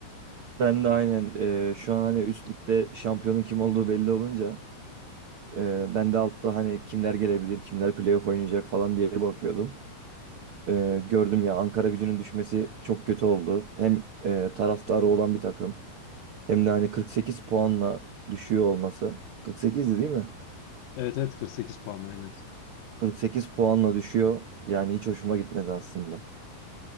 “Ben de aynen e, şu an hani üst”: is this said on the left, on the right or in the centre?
Right